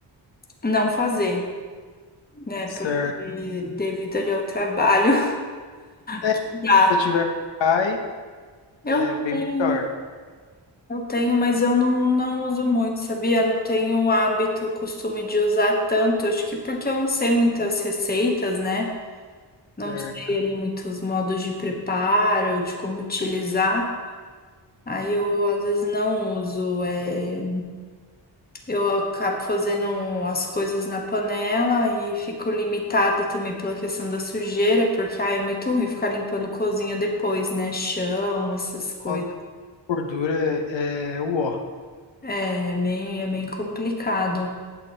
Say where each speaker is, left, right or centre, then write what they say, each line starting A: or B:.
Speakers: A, on the left; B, on the left.
A: não fazer, né?
B: certo.
A: Porque devido ali ao trabalho,
B: É,
A: <laughs>
B: se
A: dá.
B: você tiver cai, é
A: Eu
B: bem
A: tenho,
B: melhor.
A: eu tenho, mas eu não, não uso muito, sabia? Não tenho o hábito, o costume de usar tanto. Acho que porque eu não sei muitas receitas, né? não
B: Certo.
A: sei ali muitos modos de preparo, de como utilizar. Aí eu às vezes não uso. é, Eu acabo fazendo as coisas na panela e fico limitada também pela questão da sujeira, porque ai, é muito ruim ficar limpando cozinha depois, né? Chão, essas coisas.
B: Nossa, gordura é é o ó.
A: É, é bem, é bem complicado.